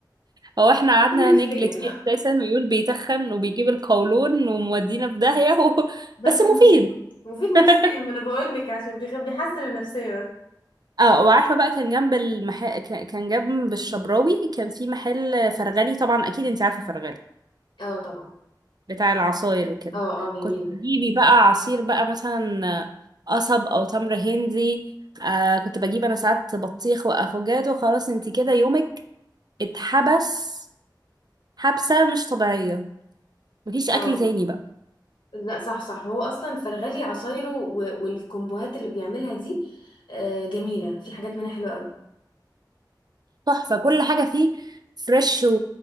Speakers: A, on the right; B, on the left.
A: هو احنا قعدنا
B: مفيد نفسيا
A: نجلد فيه
B: <laughs>
A: اساسا ويقول بيتخن وبيجيب القولون ومودينا في داهية و... <laughs>
B: بس
A: بس مفيد
B: مفيد مفيد نفسيا
A: <laughs>
B: ما انا بقول لك عشان بيخ- بيحسن النفسية بس
A: اه وعارفه بقى كان جنب المحل كان جنب الشبراوي كان في محل فرغلي طبعا اكيد انت عارفه فرغلي
B: اه طبعا
A: بتاع العصاير وكده
B: اه اه جميل
A: كنت
B: ده
A: تجيبي بقى عصير بقى مثلا قصب او تمر هندي آه كنت بجيب انا ساعات بطيخ وافوكادو خلاص انت كده يومك اتحبس حبسه مش طبيعيه مفيش اكل
B: اه
A: تاني بقى
B: لا صح صح هو اصلا فرغلي عصايره و- والكومبوهات اللي بيعملها دي آه، جميلة في حاجات منها حلوة قوي
A: تحفة كل حاجة فيه فريش و...